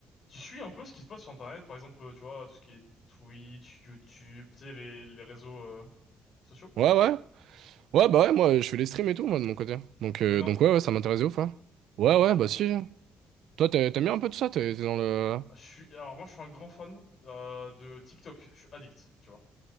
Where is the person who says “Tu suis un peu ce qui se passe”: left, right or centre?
Left